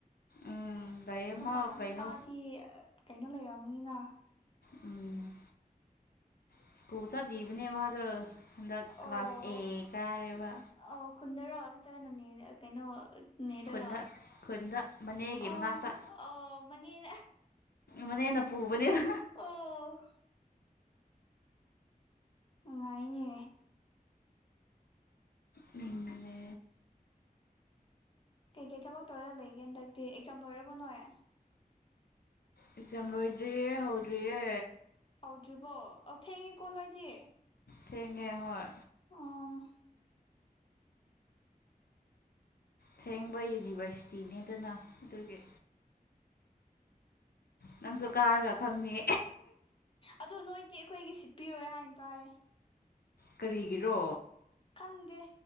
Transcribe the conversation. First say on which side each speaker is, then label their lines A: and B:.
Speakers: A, on the left; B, on the left.
A: ꯎꯝ ꯂꯩꯌꯦ
B: ꯃꯄꯥ
A: ꯃꯥ ꯀꯩꯅꯣ
B: ꯃꯄꯥꯗꯤ ꯀꯩꯅꯣ ꯂꯩꯔ꯫ ꯅꯤꯅ꯫
A: ꯎꯝ ꯏꯁꯀꯨꯜ ꯆꯠꯂꯤꯕꯅꯦ ꯃꯥꯗꯣ꯫ ꯍꯟꯗꯛ
B: ꯑꯣ
A: ꯀ꯭ꯂꯥꯁ ꯑꯦ ꯀꯥꯔꯦꯕ
B: ꯑꯣ ꯈꯨꯨꯟꯗꯔꯣ ꯅꯠꯇ꯭ꯔꯒ ꯅꯦ ꯫ ꯀꯩꯅꯣ꯫ ꯅꯦꯗꯔ
A: ꯈꯨꯟꯗ ꯈꯨꯟꯗ ꯃꯅꯦꯒꯤ
B: ꯑ
A: ꯃꯅꯥꯛꯇ
B: ꯑ꯫ ꯃꯅꯦꯅꯥ꯫
A: ꯃꯅꯦꯅ ꯄꯨꯕꯅꯦꯕ꯫
B: ꯑꯣ ꯅꯨꯡꯉꯥꯏꯅꯦ꯫
A: ꯃꯤ ꯃꯅꯦ꯫
B: ꯀꯩ ꯀꯩ ꯊꯕꯛ ꯇꯧꯔ ꯂꯩꯒꯦ ꯍꯟꯗꯛꯇꯤ ꯑꯦꯛꯖꯥꯝ ꯂꯣꯏꯔꯕꯣ ꯅꯣꯏ꯫
A: ꯑꯦꯛꯖꯥꯝ ꯂꯣꯏꯗ꯭ꯔꯤꯌꯦ ꯍꯧꯗ꯭ꯔꯤꯌꯦ꯫
B: ꯗꯔꯤꯕꯣ ꯑꯣ ꯊꯦꯡꯉꯦ ꯀꯣ ꯅꯣꯏꯗꯤ꯫
A: ꯊꯉꯦ ꯍꯣꯏ꯫
B: ꯑ
A: ꯊꯦꯡꯕ ꯌꯨꯅꯤꯚꯔꯁꯇꯤꯅꯦ ꯑꯗꯨꯅ ꯑꯗꯨꯒꯤ ꯅꯪꯁꯨ ꯀꯥꯔꯒ ꯈꯪꯅꯤ꯫
B: ꯑꯗꯨ ꯅꯣꯏꯗꯤ ꯑꯩꯈꯣꯏꯒꯤ ꯁꯤꯠ ꯄꯤꯔꯣꯏ ꯍꯥꯏꯅ ꯇꯥꯏ꯫
A: ꯀꯔꯤꯒꯤꯔꯣ꯫
B: ꯈꯪꯗꯦ